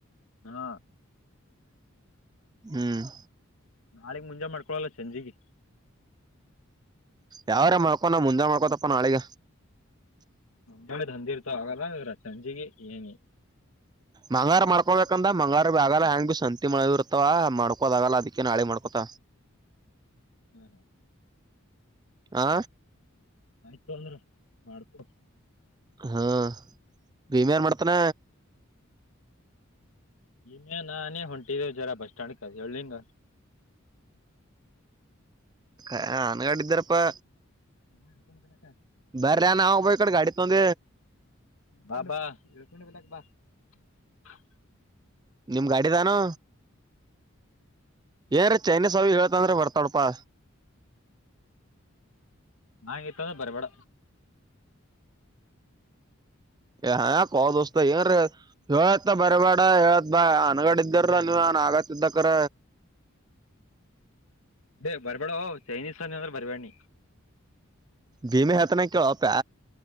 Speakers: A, on the left; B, on the right.
A: ಹಾ
B: ಹ್ಮ್
A: ನಾಳಗ್ ಮುಂಜೆ ಮಾಡ್ಕೊಳಲ್ಲ ಸಂೆಜಿಗೆ
B: ಯಾವಾರ ಮ್ಕೊ ನ ಮುಂದೆ ಮಾಡ್ಕೊತಪ್ಪ ನಾಳೆಗ
A: ನ ಅಂದಿ ಇರ್ತವ ಆಗಲ್ಲ ಸಂಜಿಗೆ ಏನಿ
B: ಮಂಗಾರ ಮಾಡ್ಕೊಬೇಕಂದ ಮಂಗಾರ ಭ ಆಗಲ್ಲ ಹೆಂಗ ಭ ಸಂತಿ ಮಳ ಇರ್ತವ ಮಾಡ್ಕೋದ ಆಗಲ್ಲ ಅದಕ್ಕೆ ನಾಳೆ ಮಾಡ್ಕೊತ
A: ಹ್ಮ
B: ಹಾ
A: ಆಯ್ತು ಅಂದ್ರ ಮಾಡ್ಕೊ
B: ಹಾ ಬೀಮ್ಯ ಏನ್ ಮಾಡ್ತಾನ
A: ನೀನ ನಾನೇ ಹೊಂಟಿದೆ ಜರಾ ಬಸ್ ಸ್ಟ್ಯಾಂಡ್ ಕಾ ಹೇಳಳ್ಲಿಿಂಗ
B: ಅನ್ಗಾಡ ಇದಿದ್ದಾರಪ್ಪಾ
A: ಹಾ ಕನ ಬೆಳ ಕ <unintelligible>
B: ಬರ್ರನಾಬ ಈ ಕಡೆ ಗಾಡಿ ತಂದ
A: ಬಾ ಬಾ ಇ ಕನ ಬಲ ಬಾ <unintelligible>
B: ನಿಮ್ ಗಾಡಿಿದಾನು ಏನ್ೀ ಚೈನೀಸ್ ಅವಿ ಹೇಳ್ತ ಅಂದ್ರ ಬರ್ತಾಡಪಾ
A: ನಾಳೆ ಇತ್ತದ ಬರಬೇಡ
B: ಹ ಕೋ ದಸ್ತ ಏನ್ೀ ಹೇಳತ ಬರಬೇಡ ಹೇಳತ್ ಬಾ ಅನಗಡಿದ್ದ ಇದರ ನೀವ ನಾನು ಆಗತ್ತ್ದಕ್ಕರ
A: ಲೀ ಬರಬೇಡ ಓ ಚೈನೀಸ್ ಅಂದ್ರೆ ಬರ್ಬೇಡ್ಣ
B: ದಿನ ಹತನ ಕೇಳೋಅಪ್ಪ್ಯಾ